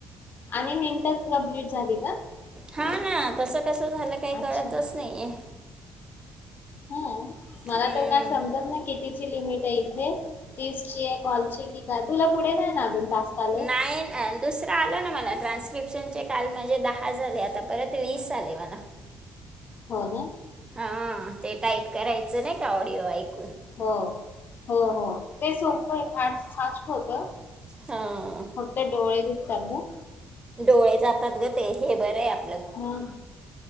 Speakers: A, on the left; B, on the right.
A: आणि मिंट कंप्लीट झाली का?
B: हा. हा तसं कस झालं. काही
A: अच्छा
B: कळतच नाहीय.
A: हा मला
B: हम्म,
A: तर काय समजत नाही कितीची लिमिट आहे ते. तीसची कॉलची की काय तुला पुढे नाही ना अजून. टास्क आले
B: नाही दुसर आल ना मला ट्रान्स्क्रिप्शन काल माझे दहा हा झाले. आता परत वीस आले मला.
A: हो ना.
B: हा ते टाईप करायचं नाही का ऑडिओ ऐकुण.
A: हो. हो. हो. ते सोपं हाय फास्ट होत.
B: हां
A: फक्त डोळे दुखतात ग.
B: डोळे जातात ग. ते हे बर हाय आपल.
A: हा